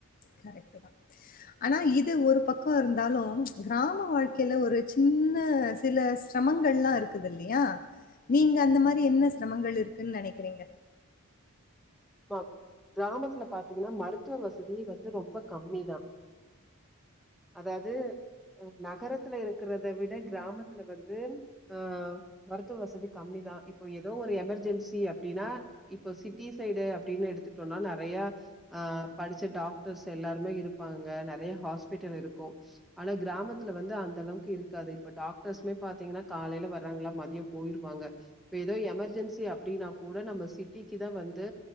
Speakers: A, on the left (about 40°); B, in the centre.
A: கரெக்ட்டுதா ஆனா இது ஒரு பக்கோ இருந்தாலு கிராம வாழ்க்கைல ஒரு சின்ன இதுல சிரமங்கள்லா இருக்குதுல்லையா நீங்க அந்த மாரி என்ன சிரமங்கள் இருக்குன் நனைக்கிறீங்க
B: ஆ கிராமத்துல பாத்தீங்கன்னா மருத்துவ வசதி வந்து ரொம்ப கம்மி தா அதாவ்து ம் நகரத்துல இருக்குறத விட கிராமத்துல வந்து ஆ மருத்துவ வசதி கம்மிதா இப்போ ஏதோ ஒரு எமெர்ஜென்சி அப்டின்னா இப்போ சிட்டி சைடு அப்டின்னு எடுத்துட்டோன்னா நெறையா ஆ படிச்ச டாக்டர்ஸ் எல்லாருமே இருப்பாங்க நெறய ஹாஸ்பிட்டல் இருக்கு ஆனா கிராமத்துல வந்து அந்த அளவுக்கு இருக்காது இப்ப டாக்டர்ஸ்மே பாத்தீங்கன்னா காலைல வராங்களா மதியோ போய்ருவாங்க இப்ப ஏதோ எமர்ஜென்சி அப்டின்னா கூட நம்ம சிட்டிக்கு தா வந்து